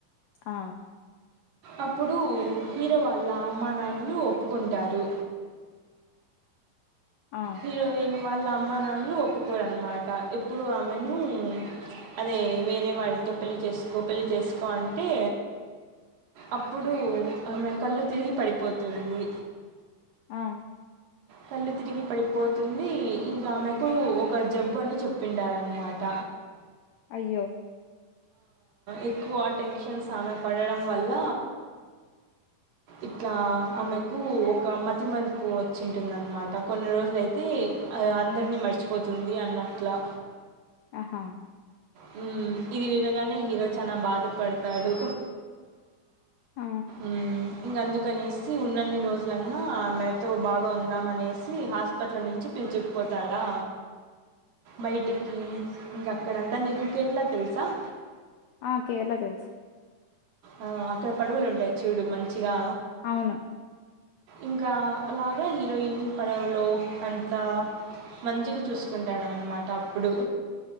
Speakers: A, on the left; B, on the right.
A: ఆ
B: అప్పుడు హీరో వాళ్ళ అమ్మా నాన్నలు ఒప్పుకుంటారు.
A: ఆ!
B: హీరోయిన్ వాళ్ళ అమ్మ నాన్నలు ఒప్పుకోరన్మాట ఎప్పుడు ఆమెను అదే వేరే వాళ్ళతో పెళ్లి చేసుకో పెళ్ళి చేసుకో అంటే అప్పుడు ఆమె కళ్ళు తిరిగి పడిపోతుంది.
A: ఆ
B: కళ్ళు తిరిగి పడిపో పోతుంది ఇంకా ఆమెకు ఒక జబ్బు అని చెప్పిండాన్నమాట
A: అయ్యో
B: ఎక్కువ టెన్షన్ ఆమె పడడం వల్ల ఇట్లా ఆమెకు ఒక మతి మరుపు వచ్చింటుందన్నమాట కొన్ని రోజులయితే అందరినీ మర్చిపోతుంది అన్నట్ల
A: ఆహా
B: మ్మ్ ఇది వినగానే హీరో చానా బాధపడుతాడు,
A: ఆ!
B: మ్మ్ అందుకనేసి ఉన్నన్ని రోజులన్నా ఆమేతో బాగా ఉందామనేసి హాస్పిటల్ నుంచి పిలుచుకుపోతాడా బయటికి ఇంగ అక్కడంతా నీకు కేేరళా తెల్స్, చ
A: ఆ కేరళ తెల్చు
B: ఆ అక్కడ పడువులు ఉంటాయి చూడు మంచిగా
A: అవును
B: ఇంకా అలాగా హీరోయిన్ని పడవలో అంతా మంచిగ చూసుకుంటాడు అనమాట అప్పుడు